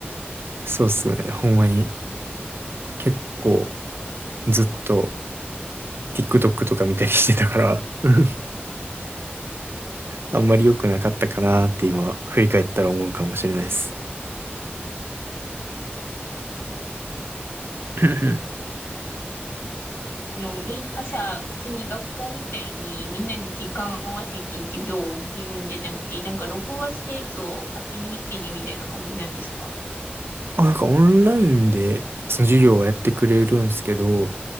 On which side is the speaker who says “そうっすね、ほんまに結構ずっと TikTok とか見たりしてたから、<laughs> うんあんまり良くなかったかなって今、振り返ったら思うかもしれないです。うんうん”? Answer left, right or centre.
Right